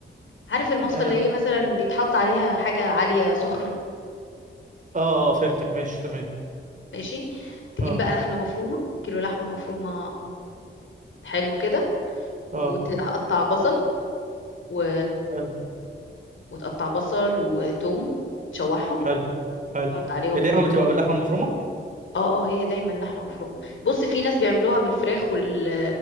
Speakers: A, on the left; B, on the right.
A: عارف المصفى
B: يعني
A: اللي
B: اه
A: هي مثلا بيتحط عليها حاجه عاليه سخنه
B: اه فهمتك ماشي تمام
A: ماشي تجيب
B: اه
A: بقى لحمه مفرومه كيلو لحمه مفرومه حلو كده وهقطع
B: اه
A: بصل و...
B: حلو
A: وتقطع بصل وتوم تشوحهم
B: حلو حلو
A: تحط عليهم
B: هي دايما
A: ال...
B: بتبقى باللحمه المفرومه
A: اه اه هي دايما لحمه مفرومه بص في ناس بيعملوها بالفراخ وال...